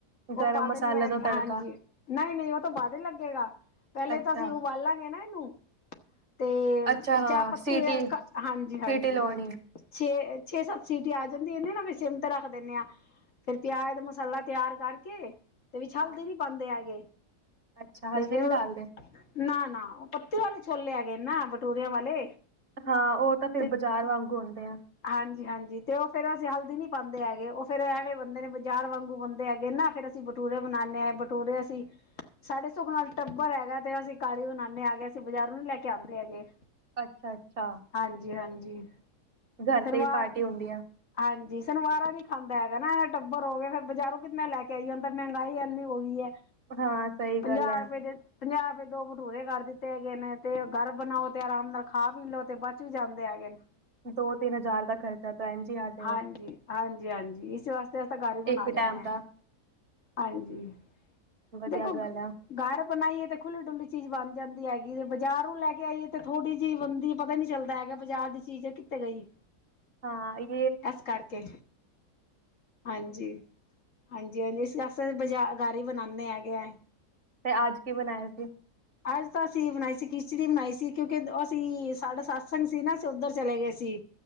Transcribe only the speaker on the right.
ਗਰਮ
ਮਸਾਲਾ ਦਾ ਤੜਕਾ
ਅੱਛਾ
ਅੱਛਾ ਹਾਂ
ਸੀਟੀ
ਸੀਟੀ ਲਾਉਣੀ
ਹਾਂ
ਅੱਛਾ
ਹਲਦੀ
ਨੀ ਡਾਲਦੇ
ਹਾਂ ਉਹ ਤਾਂ ਫਿਰ
ਬਾਜ਼ਾਰ ਵਾਂਗੂ ਹੁੰਦੇ ਆ।
ਅੱਛਾ, ਅੱਛਾ।
ਘਰ
ਤੇ ਹੀ ਪਾਰਟੀ ਹੁੰਦੀ ਆ।
ਹਾਂ ਸਹੀ
ਗੱਲ ਹੈ
ਦੋ ਤਿੰਨ ਹਜ਼ਾਰ ਦਾ ਖਰਚਾ ਦਿਨ ਚ ਆ ਜਾਏਗਾ
ਇੱਕ
ਟਾਈਮ
ਦਾ
ਵਧੀਆ
ਗੱਲ ਆ
ਹਾਂ ਇਹ
ਤੇ ਅੱਜ ਕੀ ਬਣਾਇਆ ਸੀ।